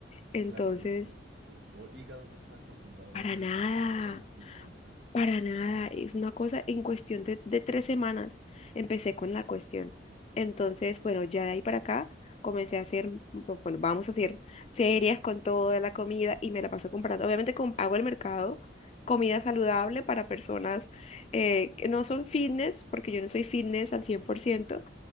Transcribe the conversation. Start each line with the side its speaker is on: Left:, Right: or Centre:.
Left: Entonces,
Right: Claro, tu, tu, tu hígado no está acostumbrado
Left: para
Right: a esa,
Left: nada.
Right: a esa cantidad de, de grasas.
Left: Para nada,
Right: Duro.
Left: es una cosa en cuestión de, de tres semanas empecé con la cuestión. Entonces, bueno, ya de ahí para acá comencé a hacer, bu- bueno, vamos a hacer series con toda la comida y me la paso comprando. Obviamente com- hago el mercado, comida saludable para personas eh, que no son fitness, porque yo no soy fitness al cien
Right: Sí,
Left: por ciento